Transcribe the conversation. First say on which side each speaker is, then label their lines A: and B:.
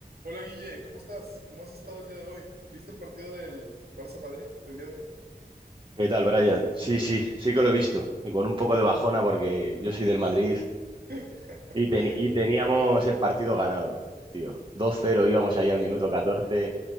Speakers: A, on the right; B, on the right.
A: Hola Guille, ¿cómo estás? ¿Cómo has estado el día de hoy? ¿Viste el partido del Barça Madrid del día de hoy?
B: ¿Qué tal, Brian? Sí, sí, sí que lo he visto. Y con un poco de bajona porque yo soy del Madrid
A: <laughs>
B: y, teni- y teníamos el partido ganado, tío. 2-0 íbamos ahí al
A: Cero.
B: minuto 14